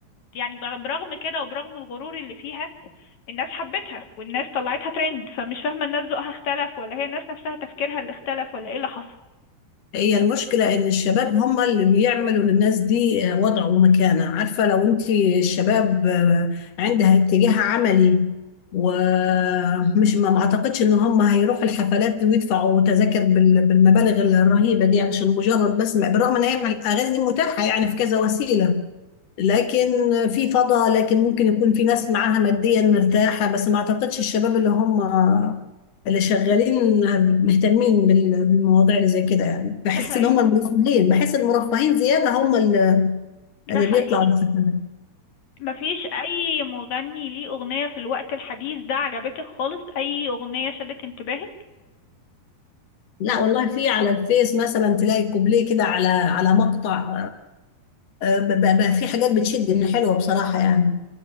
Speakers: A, on the left; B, on the left.
A: يعني بر- برغم كده وبرغم الغرور اللي فيها الناس حبتها والناس طلعتها ترند فمش فاهمه الناس ذوقها اختلف ولا هي الناس نفسها تفكيرها اللي اختلف ولا ايه اللي حصل
B: هي المشكلة إن الشباب هم اللي بيعملوا للناس دي آه، وضع ومكانة عارفة لو أنت الشباب آه، عندها اتجاه عملي ومش ما ما أعتقدش إن هم هيروحوا الحفلات ويدفعوا تذاكر بال- بالمبالغ الرهيبة دي علشان مجرد بس بالرغم إن هي الأغاني دي متاحة يعني في كذا وسيلة لكن في فضا لكن ممكن يكون في ناس معاها ماديا مرتاحة بس ما اعتقدش الشباب اللي هم اللي شغالين مهتمين بال- بالمواضيع اللي زي كده يعني بحس
A: ده حقيقي
B: ان هم المرفهين بحس المرفهين زيادة هم اللي اللي
A: ده حقيقي
B: بيطلعوا للسفر
A: مفيش اي مغني ليه اغنيه في الوقت الحديث ده عجبتك خالص اي اغنيه شدت انتباهك
B: لا والله في على الفيس مثلا تلاقي كوبليه كده على على مقطع آه، بقى بقى في حاجات بتشد ان حلوة بصراحة يعني